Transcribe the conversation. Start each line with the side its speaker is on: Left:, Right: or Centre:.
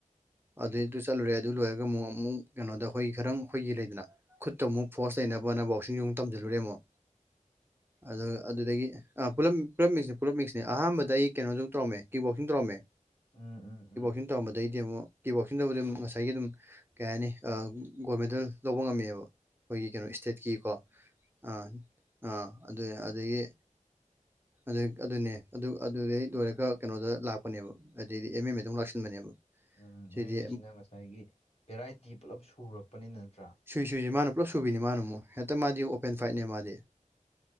Right: ꯑꯗꯩ ꯑꯗꯨ ꯆꯠꯂꯨꯔꯦ ꯑꯗꯨ ꯂꯣꯏꯔꯒ ꯑꯃꯨꯛ ꯑꯃꯨꯛ ꯀꯩꯅꯣꯗ ꯍꯈꯣꯏ ꯈꯔꯪ ꯍꯈꯣꯏꯒꯤ ꯂꯩꯗꯅ ꯈꯨꯠꯇ ꯑꯃꯨꯛ ꯐꯣꯔꯁ ꯂꯩꯅꯕꯅ ꯀꯛꯆ ꯌꯛ ꯇꯝꯁꯤꯜꯂꯨꯔꯦꯃꯣꯛ ꯑꯗ ꯑꯗꯨꯗꯒꯤ ꯄꯨꯂꯞ ꯄꯨꯂꯞ ꯃꯤꯡꯁꯅꯦ ꯄꯨꯂꯞ ꯃꯤꯁꯅꯤ ꯑꯍꯥꯟꯕꯗ ꯑꯩ ꯀꯩꯅꯣ ꯑꯗꯨ ꯇꯧꯔꯝꯃꯦ ꯀꯤꯕꯣꯛꯁꯤꯡ ꯇꯧꯔꯝꯃꯦ
Left: ꯎꯝ ꯎꯝ ꯎꯝ
Right: ꯇꯧꯔꯝꯕꯗꯒꯤꯗꯤ ꯑꯃꯨꯛ ꯇꯤ ꯋꯣꯛꯁꯤꯡ ꯇꯕꯨ ꯑꯗꯨꯝ ꯉꯁꯥꯏꯒꯤ ꯑꯗꯨꯝ ꯀꯩ ꯍꯥꯏꯅꯤ ꯒꯣꯜ ꯃꯦꯗꯜ ꯂꯧꯕ ꯉꯝꯃꯤꯑꯕ ꯑꯩꯈꯣꯏꯒꯤ ꯀꯩꯅꯣ ꯏꯁꯇꯦꯠꯀꯤꯀꯣ ꯑꯥ ꯑꯥ ꯑꯗꯨ ꯑꯗꯒꯤ ꯑꯗꯨ ꯑꯗꯨꯅꯦ ꯑꯗꯨ ꯑꯗꯨꯗꯩ ꯂꯣꯏꯔꯒ ꯀꯩꯅꯣꯗ ꯂꯥꯛꯄꯅꯦꯕ ꯑꯗꯨꯗꯩꯗꯤ ꯑꯦꯝ ꯑ ꯃ ꯑꯗꯨꯝ ꯂꯥꯛꯁꯤꯟꯕꯅꯦꯕ
Left: ꯎꯝ
Right: ꯁꯤꯗꯤ
Left: ꯑꯦꯝ ꯑꯦꯝ ꯑꯦꯁꯤꯅ ꯉꯁꯥꯏꯒꯤ ꯚꯦꯔꯥꯏꯇꯤ ꯄꯨꯜꯂꯞ ꯁꯨꯔꯛꯄꯅꯤꯅ ꯅꯠꯇ꯭ꯔꯥ
Right: ꯁꯨꯏ ꯁꯨꯏꯁꯤ ꯃꯥꯅ ꯄꯨꯂꯞ ꯁꯨꯕꯤꯅꯤ ꯃꯥꯅ ꯑꯃꯨꯛ ꯍꯦꯛꯇ ꯃꯥꯗꯤ ꯑꯣꯄꯦꯟ ꯐꯥꯏꯠꯅꯦ ꯃꯥꯗꯤ